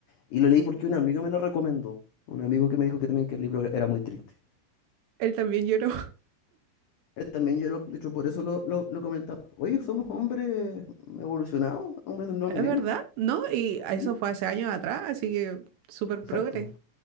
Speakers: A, on the left (about 85°); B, on the right (about 75°).
A: Y lo leí porque un amigo me lo recomendó. Un amigo que me dijo que también que el libro era muy triste.
B: Él también lloró.
A: Él también lloró, de hecho por eso lo, lo, lo comentamos. Oye, somos hombres evolucionados, hombres del nuevo
B: Es
A: milenio.
B: verdad, ¿no? Y eso
A: ¿Mm?
B: fue hace años atrás, así que súper
A: Exacto.
B: progre.